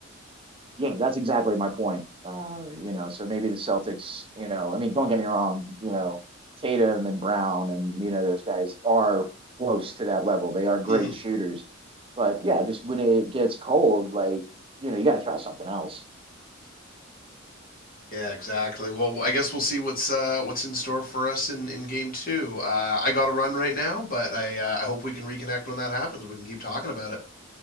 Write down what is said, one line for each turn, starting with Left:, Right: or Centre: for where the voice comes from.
Right: Yeah, that's exactly my point. Uh, you know, so maybe the Celtics, you know, I mean, don't get me wrong, you know, Tatum and Brown and, you know, those guys are close to that level. They are great
Left: hmm
Right: shooters. But yeah, just when it gets cold, like, you know, you got to try something else.
Left: Yeah, exactly. Well, I guess we'll see what's uh, what's in store for us in, in game two. Uh, I got to run right now, but I uh, I hope we can reconnect when that happens. We can keep talking about it.